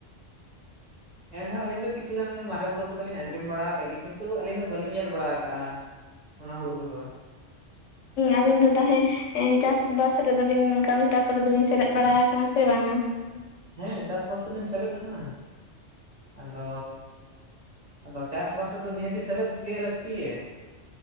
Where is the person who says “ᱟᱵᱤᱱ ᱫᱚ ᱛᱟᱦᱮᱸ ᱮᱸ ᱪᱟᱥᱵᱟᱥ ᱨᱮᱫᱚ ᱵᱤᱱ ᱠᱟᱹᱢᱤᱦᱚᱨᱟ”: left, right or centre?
Left